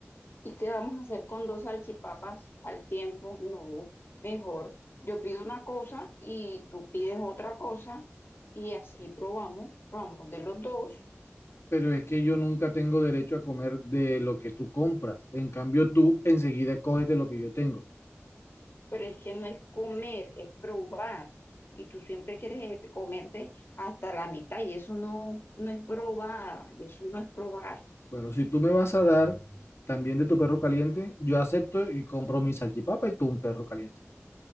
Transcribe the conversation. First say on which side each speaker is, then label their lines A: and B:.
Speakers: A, on the left; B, on the left.
A: ¿Y qué vamos a hacer con dos salchipapas al tiempo? No, mejor yo pido una cosa y tú pides otra cosa y así probamos, probamos de los dos,
B: Pero es que yo nunca tengo derecho a comer de lo que tú compras. En cambio, tú enseguida coges de lo que yo tengo.
A: pero es que no es comer, es probar. Y tú siempre quieres eh, comerte hasta la mitad y eso no, no es probar, eso no es probar.
B: Bueno, si tú me vas a dar también de tu perro caliente, yo acepto y compro mi salchipapa y tú un perro caliente.